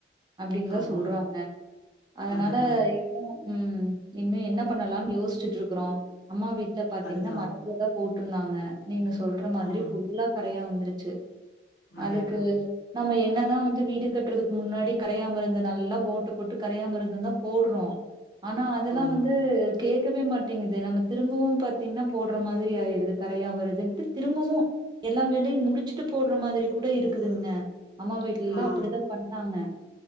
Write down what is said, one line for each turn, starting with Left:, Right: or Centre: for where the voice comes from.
Right: அப்டின்தா
Left: ஆமா
Right: சொல்றாங்க அதனால
Left: அதுதான்
Right: ஊ ம் இன்னு என்ன பண்ணலான்னு யோசிச்சுட்டு இருக்கிறோ அம்மா வீட்ல பாத்திங்னா
Left: அதுதான்
Right: மர லதா போட்ருந்தாங்க நீங்க சொல்ற மாதிரி
Left: ஆ
Right: புல்லா கரையா வந்துரு சு
Left: அதேதான்
Right: அதுக்கு நம்ம என்னதா வந்து வீடு கட்டுறதுக் முன்னாடி கரைய மருந்து நல்லா ஓட்ட போட்டு கரையா மருந்துதா போட்றோ ஆனா அதெல்லா
Left: ஆமா
Right: வந்து கேக்கவே மாட்டிங்குது நம்ம திரும்பவு பாத்திங்னா போட்ற மாதிரி ஆயிருது கரையா வருத் துன்ட்டு திரும்பவு எல்லா வேலையு முடிச்சிட்டு போட்ற மாதிரி கூட இருக்குதுங்க அம்மா வீட்ல எல்லா
Left: ஆ
Right: அப்பிடிதா பண்ணாங்க